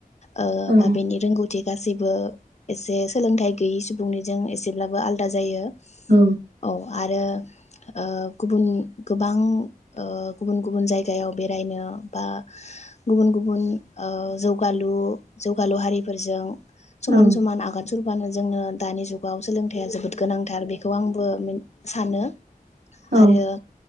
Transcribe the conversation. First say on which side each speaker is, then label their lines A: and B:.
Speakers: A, on the left; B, on the right.
A: ओ
B: औ
A: बा बेनि रोंगौथि। गासिबो एसे सोलोंथाइ। गैयै सुबुंनिजों एसेब्लाबो आलदा जायो।
B: औ।
A: औ आरो ओ गुबुन गोबां ओ गुबुन गुबुन जायगायाव बेरायनो बा गुबुन गुबुन ओ जौगालु जौगालु हारिफोरजों। समान
B: औ
A: समान आगान सुर फानो। जोंनो दानि जुगाव सोलोंथाइया जोबोद गोनांथार बेखौ आंबो सानो।
B: औ
A: आरो।